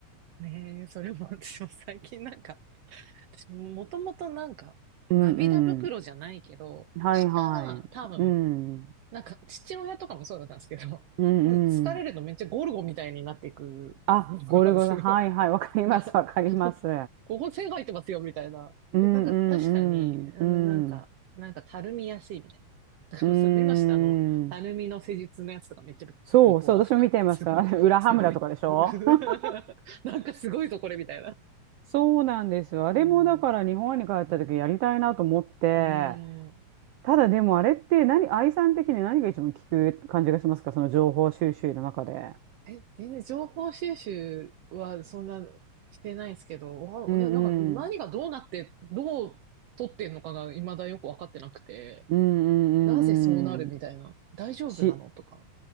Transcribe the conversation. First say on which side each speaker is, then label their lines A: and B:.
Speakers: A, on the right; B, on the right.
A: ねえ、それも私も最近なんか、<laughs> 私もともとなんか、
B: うん
A: 涙袋じゃないけど、
B: うん。はいはい。
A: 下が多分
B: うん。
A: なんか、父親とかもそうだったんですけど、
B: うんうん。
A: <laughs> まず疲れるとめっちゃゴルゴみたいになっていくのが、
B: あ、ゴルゴさん。
A: すごい。
B: はいはい。
A: <laughs>
B: わかります。
A: なんか
B: わかります。
A: ここ線が入ってますよ、みたいな。
B: うんう
A: で、なんか確かに、うんなんか、
B: んうん。うん。
A: なんかたるみやすいみたいな。だからその目の下のたるみの施術のやつとかめっちゃビフォーアフター。
B: うーん。そうそう、私も見てました。
A: すごい、
B: <laughs> あれ、裏羽村とかでしょ
A: すごい。<laughs>
B: <laughs>
A: なんかすごいぞ、これ、みたいな。
B: そうなんですよ。あれもだから日本に帰った時やりたいなと思って、
A: そう。うん。うん。
B: ただでもあれって何、愛さん的に何が一番効く感じがしますかその情報収集の中で。
A: え、全然情報収集はそんなしてないですけど、わ、
B: うんうん。
A: ななんか何がどうなって、どう取ってんのかが未だよくわかってなくて、
B: うんうんうんうん。
A: なぜそうなるみたいな、大丈夫なのとか、
B: し、